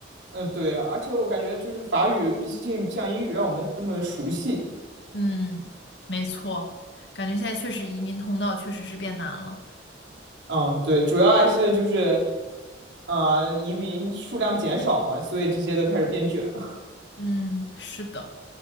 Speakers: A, on the right; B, on the left.
A: 嗯，对啊，而且我感觉就是法语，毕竟不像英语让我们那么熟悉。
B: 嗯，没错，感觉现在确实移民通道确实是变难了。
A: 嗯，对，主要还是就是，呃，移民数量减少嘛，所以这些都开始变卷了。
B: 嗯，是的，